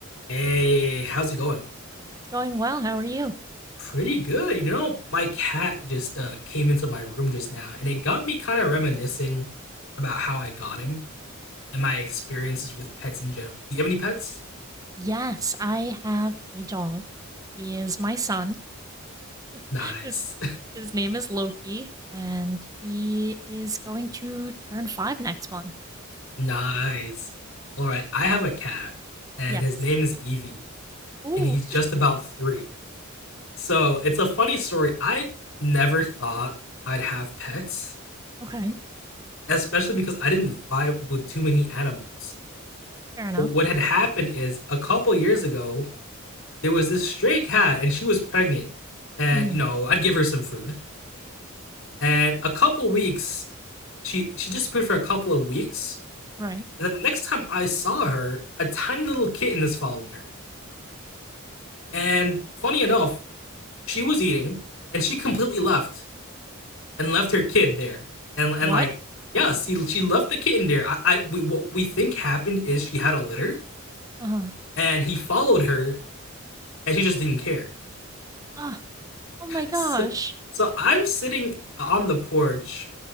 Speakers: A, on the left (about 75°); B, on the right (about 15°).
A: Hey, how's it going?
B: It's going well. How are you?
A: Pretty good. You know, my cat just uh, came into my room just now, and it got me kind of reminiscing about how I got him and my experiences with pets in general. You have any pets?
B: Yes, I have a dog. He is my son. <laughs>
A: Nice.
B: His his name is Loki, and he is going to turn five next month.
A: <laughs> nice. All right, I have a cat, and
B: Yes.
A: his name is Evie,
B: Ooh.
A: and he's just about three. So it's a funny story. I never thought I'd have pets,
B: Okay.
A: especially because I didn't vibe with too many animals.
B: Fair enough.
A: But what had happened is a couple years ago, there was this stray cat and she was pregnant and
B: hmm
A: you know i'd give her some food and a couple weeks she she disappeared for a couple of weeks
B: Right.
A: and then the next time i saw her a tiny little kitten is following her and funny enough she was eating and she completely left and left her kid there and and
B: What?
A: like yeah see she left the kitten there i, I we, what we think happened is she had a litter
B: Uh huh.
A: and he followed her and she just didn't care
B: Oh, oh my gosh.
A: So, so I'm sitting on the porch